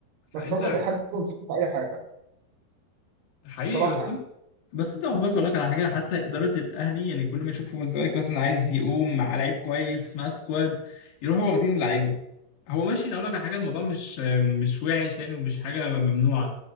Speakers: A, on the left; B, on the right.
A: فانت
B: بس هم بيحبوا يمسكوا في أي حاجة
A: حقيقي
B: صراحة
A: بس
B: يعني
A: بس انت عقبالك اقول لك على حاجه حتى اداره الاهلي يعني كل ما تشوفوا الزمالك مثلا عايز يقوم مع لعيب كويس مع سكواد يروحوا واخدين اللعيبه هو ماشي اقول لك على حاجه الموضوع مش مش وحش يعني ومش حاجه ممنوعه